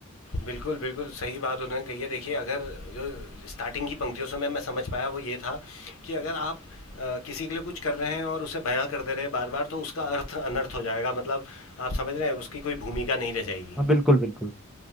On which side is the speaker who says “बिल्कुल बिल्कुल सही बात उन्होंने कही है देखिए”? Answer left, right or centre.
Left